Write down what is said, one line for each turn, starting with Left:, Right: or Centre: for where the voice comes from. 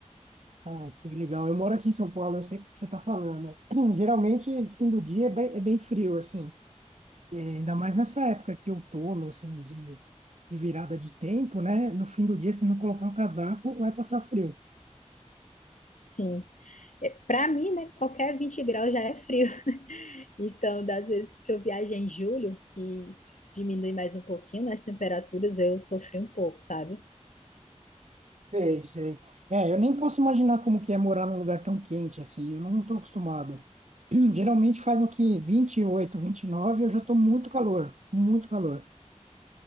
Right: Ah, que legal. Eu moro aqui em São Paulo, eu sei o que você está falando. <clears throat> Geralmente, fim do dia é bem, é bem frio, assim. É, Ainda mais nessa época de outono, assim, de, de virada de tempo, né? No fim do dia, se não colocar o casaco, vai passar frio.
Left: Sim. Para mim, né, qualquer 20 graus já é frio. Então, das vezes que eu viajei em julho, que diminui mais um pouquinho nas temperaturas, eu sofri um pouco, sabe?
Right: Sei, sei. É, eu nem posso imaginar como que é morar num lugar tão quente assim. Eu não estou acostumado. Hum, geralmente faz o que vinte vinte e oito, vinte e nove, eu já estou muito calor, muito calor.